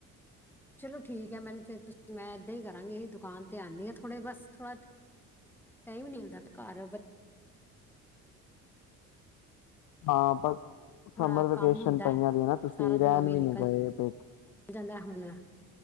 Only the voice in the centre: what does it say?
ਚਲੋ ਠੀਕ ਹੈ। ਮੈਨੂੰ ਫਿਰ ਤੁਸੀਂ, ਮੈਂ ਏਦਾਂ ਹੀ ਕਰਾਂਗੀ। ਅਸੀਂ ਦੁਕਾਨ ਤੇ ਆਉਂਦੀ ਹਾਂ, ਥੋੜੇ ਬਸ ਥੋੜਾ ਟਾਈਮ ਨੀ ਮਿਲਦਾ ਪਿਆ-ਘਰ, ਬੱਚ
ਥੋੜਾ
ਕੰਮ ਹੁੰਦਾ
ਹੈ,
ਸਾਰਾ
ਦਿਨ ਇਵੇਂ ਹੀ
ਨਿਕਲ
ਜਾਂਦਾ ਹੁਣ